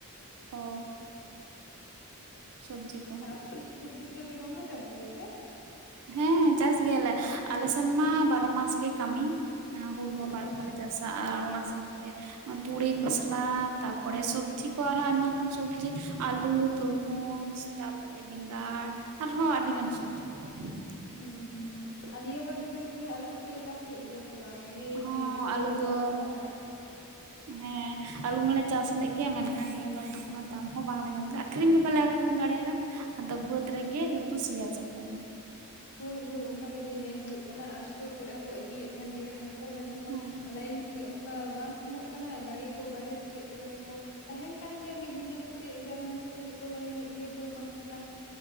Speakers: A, on the right; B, on the left.
A: ᱚ ᱥᱚᱵᱽᱡᱤ ᱠᱚ
B: ᱟᱨ ᱥᱚᱵᱽᱡᱤ ᱠᱚ ᱫᱚ ᱵᱟᱝᱠᱚ ᱪᱟᱥ ᱜᱮᱭᱟ ᱥᱮ
A: ᱦᱮᱸ ᱪᱟᱥ ᱜᱮᱭᱟᱞᱮ ᱟᱞᱮ ᱥᱮᱱ ᱢᱟ ᱵᱟᱨᱚ ᱢᱟᱥ ᱜᱮ ᱠᱟᱹᱢᱤ ᱦᱩᱲᱩᱢᱟ ᱵᱟᱨ
B: ᱦᱩᱸ
A: ᱫᱷᱟᱣ ᱞᱮ ᱪᱟᱥᱟ ᱟᱨ ᱚᱱᱟ ᱥᱟᱶ ᱛᱮ ᱛᱩᱲᱤ ᱠᱷᱚᱥᱞᱟ ᱛᱟᱯᱚᱨᱮ ᱥᱚᱵᱽᱡᱤ ᱠᱚ ᱟᱨᱦᱚᱸ ᱟᱭᱢᱟ ᱞᱮᱠᱟᱱ ᱥᱚᱵᱽᱡᱤ ᱟᱞᱩ ᱛᱚᱨᱢᱩᱡᱽ ᱛᱟᱯᱚᱨᱮ ᱵᱮᱸᱜᱟᱲ ᱟᱨᱦᱚᱸ ᱟᱹᱰᱤ ᱜᱟᱱ ᱥᱚᱵᱽᱡᱤ <inaudible>
B: ᱦᱩᱸ ᱦᱩᱸᱸ ᱟᱨ ᱱᱤᱭᱟᱹ ᱵᱟᱨ ᱫᱚ ᱫᱟᱹᱭ ᱛᱟᱦᱚᱞᱮ ᱟᱞᱩ ᱯᱮ ᱪᱟᱥ ᱞᱮᱫ ᱜᱮᱭᱟ
A: ᱦᱚᱸ
B: <inaudible> ᱢᱟᱱᱮ ᱫᱤᱱ ᱠᱟᱞ
A: ᱟᱹᱞᱩ
B: ᱠᱚ
A: ᱫᱚ
B: ᱯᱟᱨᱚᱢ ᱮᱱᱟ
A: ᱦᱮᱸ ᱟᱞᱩ ᱢᱟᱞᱮ ᱪᱟᱥ ᱞᱮᱫ ᱜᱮᱭᱟ ᱢᱮᱱᱠᱷᱟᱱ ᱱᱤᱭᱟᱹ ᱵᱟᱨ ᱫᱚ ᱠᱳᱱᱳ ᱫᱟᱢ ᱦᱚᱸ ᱵᱟᱝᱞᱮ ᱧᱟᱢ ᱮᱫᱟ ᱟᱠᱷᱨᱤᱧ ᱜᱮ ᱵᱟᱞᱮ ᱟᱹᱠᱷᱨᱤᱧ ᱫᱟᱲᱮᱭᱟᱫᱟ ᱟᱫᱚ ᱵᱟᱹᱫᱽ ᱨᱮᱜᱮ ᱡᱚᱛᱚ ᱥᱮᱭᱟ ᱪᱟᱵᱟᱭᱮᱱᱟ᱾
B: ᱦᱳᱭ ᱦᱳᱭ ᱚᱱᱠᱟ ᱜᱮ ᱫᱟᱹᱭ ᱧᱮᱞ ᱦᱩᱭᱩᱜ ᱠᱟᱱᱟ ᱟᱨ ᱥᱴᱳᱨ ᱠᱚᱨᱮ ᱦᱚᱸᱠᱚ ᱤᱫᱤᱭᱮᱫ ᱛᱟᱦᱮᱱ ᱜᱮ ᱡᱟᱦᱟᱸᱭ ᱢᱮᱱᱫᱟᱠᱚ
A: ᱦᱮᱸ
B: ᱞᱟᱭᱤᱱ ᱠᱚ ᱚᱱᱠᱟ ᱵᱟᱝ ᱧᱟᱢᱚᱜ ᱠᱟᱱᱟ ᱜᱟᱹᱰᱤ ᱠᱚ ᱵᱟᱦᱮᱨ ᱠᱚᱨᱮ ᱜᱮ ᱢᱟᱱᱮ ᱠᱚ ᱛᱟᱦᱮᱱ ᱠᱟᱱ ᱜᱮᱭᱟ ᱢᱤᱫ ᱧᱤᱫᱟᱹ ᱠᱟᱛᱮᱫ ᱵᱟᱨ ᱧᱤᱫᱟᱹ ᱠᱟᱛᱮᱫ ᱠᱚ ᱞᱟᱭᱤᱱᱮᱜ ᱜᱮᱭᱟ